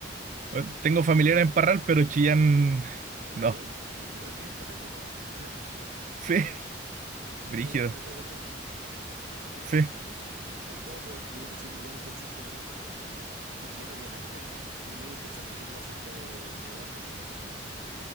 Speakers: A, on the right; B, on the right.
A: Eh, Tengo familiares en Parral, pero Chillán. No.
B: Ah, igual, vi- vi- igual vive en Parral, pues. <laughs>
A: Sí, <laughs>
B: Sí, pues
A: brígido.
B: no sé si te acordáis. Eh,
A: Sí.
B: mm, a ver cómo puedo describirlo así un lugar interesante que haya cerca de mi casa. Que Chillán no tiene nada interesante. Lo único interesante es que queda cerca de Nevados de Chillán y ya.